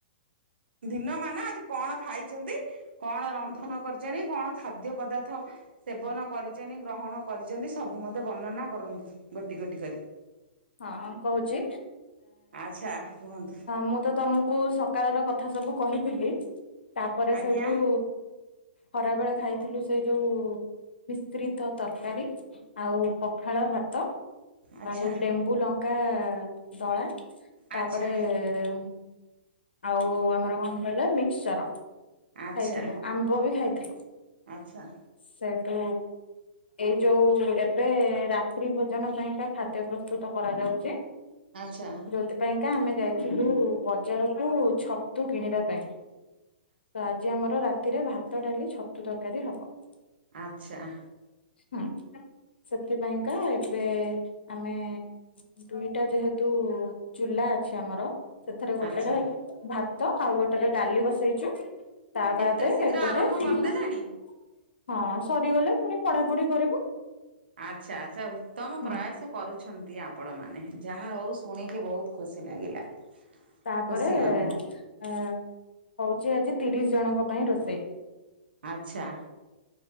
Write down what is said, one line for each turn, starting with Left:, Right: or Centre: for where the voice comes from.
Right: ଦିନ ମାନ ଆଜି କଣ ଖାଇଛନ୍ତି, କଣ ରନ୍ଧନ କରିଚନ କଣ ଖାଦ୍ୟ ପଦାର୍ଥ ସେବନ କରିଛନ୍ତି ଗ୍ରହଣ କରିଛନ୍ତି ସବୁ ମତେ ବର୍ଣ୍ଣନା କରନ୍ତୁ ଗୋଟି ଗୋଟି କରି।
Left: ହଁ କହୁଛି
Right: ଆଚ୍ଛା କୁହନ୍ତୁ
Left: ମୁଁ ତ ତମକୁ ସ ସକାଳର କଥା ସବୁ କହିଥିଲି ତାପରେ
Right: ଆଜ୍ଞା
Left: ସେଇଠୁ ଖରା ବେଳେ ଖାଇଥିଲୁ ସେ ଯୋଉ ମିଶ୍ରିତ ତରକାରୀ। ଆଉ ପଖାଳ ଭାତ।
Right: ଆଚ୍ଛା
Left: ଆଉ ଲେମ୍ବୁ ଲଙ୍କା ଦଳା ତାପରେ
Right: ଆଚ୍ଛା
Left: ଏ ଆଉ ଆମର କଣ କହିଲ ମିକ୍ସଚର।
Right: ଆଚ୍ଛା
Left: ଖାଇଥିଲୁ ଆମ୍ବ ବି ଖାଇଥିଲୁ।
Right: ଆଚ୍ଛା।
Left: ସେଇଟୁ ଏଇ ଯୋଉ ଏବେ ରାତ୍ରି ଭୋଜନ ପାଇଁକା ଖାଦ୍ୟ ପ୍ରସ୍ତୁତ କରାଯାଉଛି।
Right: ଆଚ୍ଛା।
Left: ଯୋଉଥିପାଇଁକା ଆମେ ଯାଇଥିଲୁ ବଜାରକୁ ଛତୁ କିଣିବା ପାଇଁ। ତ ଆଜି ଆମର ରାତିରେ ଭାତ ଡାଲି ଛତୁ ତରକାରୀ ହବ।
Right: ଆଚ୍ଛା।
Left: ହୁଁ ସେଥିପାଇଁକା ଏବେ ଆମେ ଦୁଇଟା ଯେହେତୁ ଚୁଲା ଅଛି ଆମର ସେଥିରେ ଗୋଟେରେ
Right: ଆଚ୍ଛା
Left: ଭାତ ତ ଆଉ ଗୋଟେ ଡାଲି ବସେଇଛୁ ତା
Right: ଏତେ
Left: ବାଦ
Right: ଶୀଘ୍ର
Left: ଏପଟେ
Right: ଆରମ୍ଭ
Left: ହଁ
Right: କରିଦେଲେଣି
Left: ସରିଗଲେ ପୁଣି ପଢା ପଢି କରିବୁ।
Right: ଆଚ୍ଛା ଆଚ୍ଛା ଉତ୍ତମ
Left: ହୁଁ
Right: ପ୍ରୟାସ କରୁଛନ୍ତି ଆପଣ ମାନେ ଯାହା ହଉ ଶୁଣିକି ବହୁତ ଖୁସି ଲାଗିଲା।
Left: ତାପରେ
Right: ଖୁସି ଅନୁଭବ
Left: ଆ ହଉଛି ଆଜି ତିରିଶ ଜଣଙ୍କ ପାଇଁ ରୋଷେଇ।
Right: ଆଚ୍ଛା।